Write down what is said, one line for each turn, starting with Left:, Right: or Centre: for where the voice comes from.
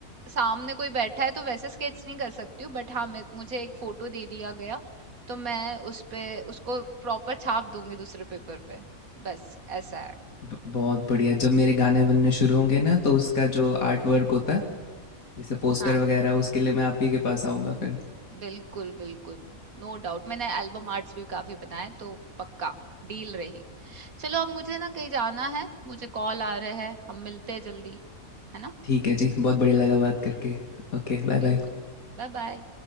Right: सामने कोई बैठा है तो वैसे स्केच नहीं कर सकती हूँ बट हाँ मैं मुझे एक फोटो दे दिया गया तो मैं उस पे उसको प्रॉपर छाप दूंगी दूसरे पेपर पे बस ऐसा है
Left: ब- बहुत बढ़िया जब मेरे गाने बनने शुरू होंगे ना तो उसका जो आर्ट वर्क होता है जैसे पोस्टर
Right: हाँ
Left: वगैरह उसके लिए मैं आप ही के पास आऊँगा फिर
Right: बिल्कुल बिल्कुल नो डाउट मैंने एल्बम आर्ट्स भी काफी बनाए तो पक्का डील रही चलो अब मुझे ना कहीं जाना है मुझे कॉल आ रहा है हम मिलते हैं जल्दी है ना
Left: ठीक है जी बहुत बढ़िया लगा बात करके Okay bye
Right: बिल्कुल
Left: bye
Right: Bye bye